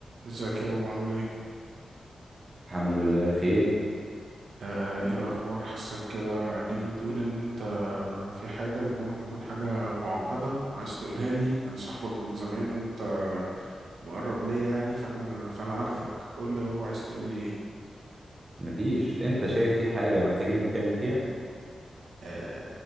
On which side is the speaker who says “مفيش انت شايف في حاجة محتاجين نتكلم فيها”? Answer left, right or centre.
Right